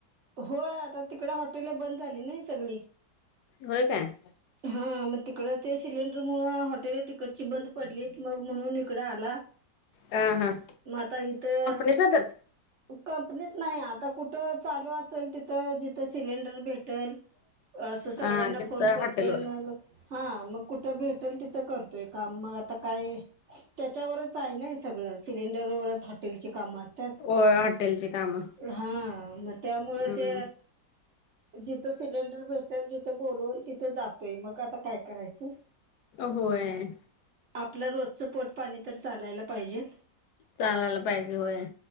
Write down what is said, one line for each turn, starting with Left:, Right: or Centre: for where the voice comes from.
Right: होय, आता तिकडं हॉटेल बंद झाली ना ही सगळी?
Left: होय काय?
Right: हा मग तिकड ते सिलेंडर मुळं हॉटेल तिकडची बंद पडली, मग म्हणून इकडं आला
Left: ह हां,,
Right: म आता इथं
Left: येतातच
Right: कंपनीत नाही, आता कुठं चालू असेल तिथं जिथं सिलेंडर भेट ल, असं सगळ्यांना
Left: हा तिथ
Right: फोन करतोय
Left: हॉटेलवर.
Right: मग हा, मग कुठं भेटेल तिथं करतोय काम मग आता काय त्याच्यावरच आहे नाही सगळं, सिलेंडरवरच हॉटेलची कामं असतात.
Left: हो आठ होटेलचे काम
Right: हा मग त्यामुळ
Left: हम्म
Right: ते, जिथे सिलेंडर भेटते जिथं बोलवल तिथं जातोय, मग आता काय करायचं.
Left: होय.
Right: आपलं रोजचं पोट पाणी तर चालायला पाहिजे.
Left: चालायला पाहिजे होय.